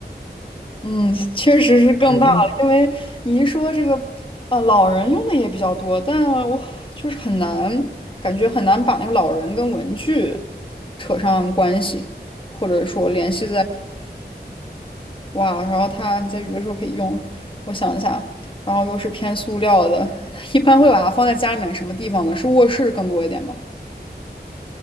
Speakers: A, on the left (about 30°); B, on the left (about 70°).
A: 嗯，<laughs> 确实是更大了，
B: <laughs> 就因为。
A: 因为你一说这个，呃，老人用的也比较多，但我就是很难，感觉很难把那个老人跟文具扯上关系，或者说联系在，哇，然后他你在有的时候可以用，我想一下，然后又是偏塑料的，<laughs> 一般会把它放在家里面什么地方呢？是卧室更多一点吗？